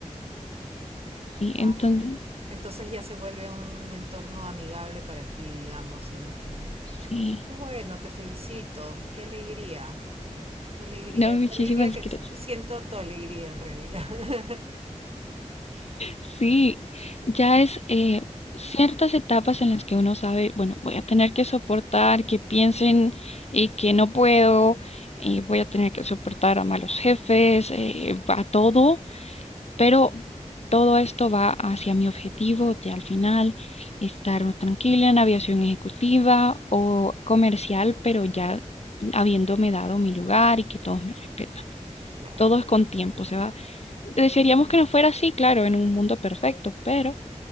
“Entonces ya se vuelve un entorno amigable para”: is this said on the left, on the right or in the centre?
Right